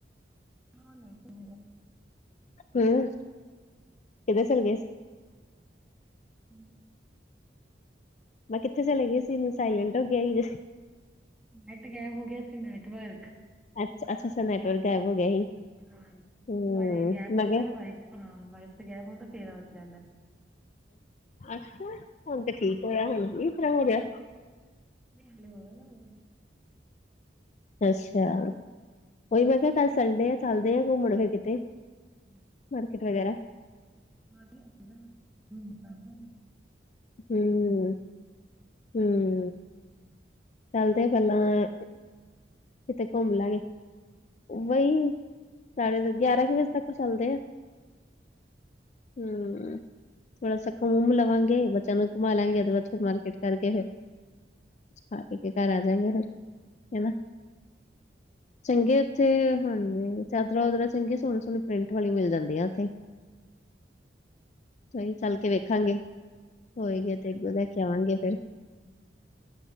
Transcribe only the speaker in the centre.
ਹਾਂ ਨਾ ਪੂ
ਹਮ
ਨੈਟ ਗੈਬ ਹੋ ਗਿਆ ਤੇ ਨੈਟਵਰਕ।
ਹਾਂਜੀ
ਵਾਰੀ ਗੈਪ
ਹੁੰਦਾ
ਵਫ ਹਾਂ ਵਾਈਫਾਈ ਗੈਪ ਹੁੰਦਾ ਫੇਰ ਆ ਜਾਂਦਾ
ਮਲ ਹੋਇਆ ਵੇ।
ਹਮ।
ਹਾਂ ਸੀਗਾ <unintelligible> ਹਮ